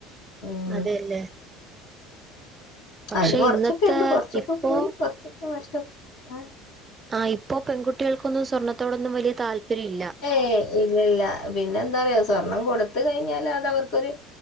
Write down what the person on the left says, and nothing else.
ഉം
അതില് കൊറച്ചൊക്കെ
ഉണ്ട് കൊറച്ചൊക്കെ
പോയി കൊറച്ച അ കഷ്ടപ്പെട്ട ആ
ഏ ഇല്ലല്ല പിന്നെ എന്താ പറയാ സ്വർണം കൊടുത്ത കഴിഞ്ഞാല് അത് അവർക്കൊരു